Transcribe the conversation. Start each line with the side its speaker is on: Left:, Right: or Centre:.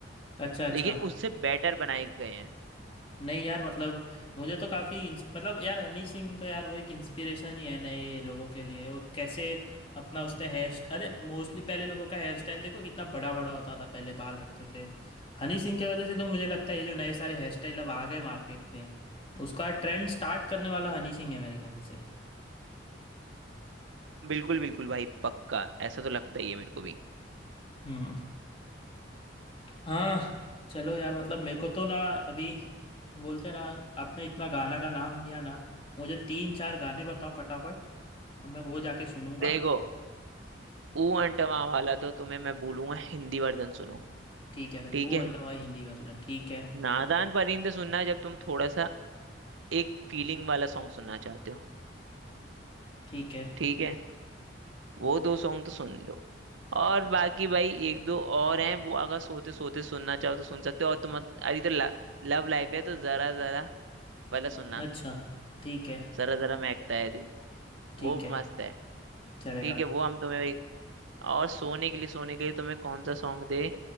Left: अच्छा अच्छा
Right: लेकिन उससे बेटर बनाए गए हैं
Left: नहीं यार मतलब मुझे तो काफ़ी मतलब यार हनी सिंह तो यार वो एक इंस्पिरेशन ही है नए ये लोगों के लिए वो कैसे अपना उसने हेयर अरे मोस्टली पहले लोगों का हेयर स्टाइल देखो कितना बड़ा बड़ा होता था पहले बाल रखते थे हनी सिंह की वजह से तो मुझे लगता है ये जो नए सारे हेयर स्टाइल अब आ गए मार्केट में उसका ट्रेंड स्टार्ट करने वाला हनी सिंह है मेरे ख्याल से
Right: बिल्कुल बिल्कुल भाई पक्का ऐसा तो लगता ही है मेरे को भी
Left: हम्म हाँ चलो यार मतलब मेरे को तो ना अभी बोलते ना आपने इतना गाना का नाम लिया ना मुझे तीन चार गाने बताओ फटाफट तो मैं वो जाके सुनूंगा
Right: देखो ऊ अंटवा वाला तो तुम्हें मैं बोलूंगा हिंदी वर्जन सुनो
Left: ठीक है भाई
Right: ठीक
Left: ओ
Right: है
Left: अंडा भाई हिंदी वर्जन ठीक है
Right: नादान परिंदे सुनना जब तुम थोड़ा सा एक फीलिंग वाला सॉन्ग सुनना चाहते हो
Left: ठीक है
Right: ठीक है वो दो सॉन्ग तो सुन लो और बाकी भाई एक दो और हैं वो अगर सोते सोते सुनना चाहो तो सुन सकते हो और तुम अरे तो लव लाइफ है तो जरा जरा वाला सुनना
Left: अच्छा ठीक है
Right: जरा जरा महकता है दिल
Left: ठीक
Right: वो
Left: है
Right: मस्त है
Left: चलेगा
Right: ठीक है वो हम तुम्हें एक- और सोने के लिए सोने के लिए तुम्हें कौन सा सॉन्ग दे